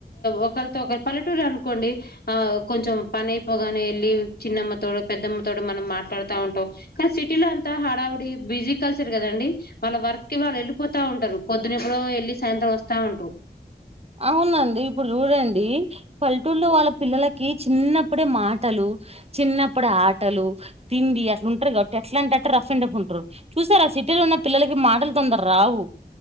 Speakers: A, on the left; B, on the right.
A: ఒకళ్రితో ఒకరు పల్లెటూరు అనుకోండి. ఆ కొంచెం పని అయిపోగానే వెళ్ళి చిన్నమ్మతోడు పెద్దమ్మతోడు మనం మాట్లాడుతా ఉంటాం. కానీ సిటీలో అంతా హడావుడి బిజీ కలిసరు కదండి. వాళ్ళ వర్క్ కి వాళ్ళు వెళ్ళిపోతా ఉంటారు. పొద్దునప్పుడు వెళ్ళి సాయంత్రం వస్తా ఉంటూ
B: అవునండి ఇప్పుడు చూడండి. పల్లెటూరులో వాళ్ళ పిల్లలకి చిన్నప్పుడే మాటలు చిన్నప్పుడే ఆటలు తిండి అట్లా ఉంటారు. కాబట్టి ఎట్లా అంట అే రఫ్ అండ్ అఫ్ ఉంటారు చూసారు. ఆ సిటీలో ఉన్న పిల్లలకి మాటలు తొందరరు రావు.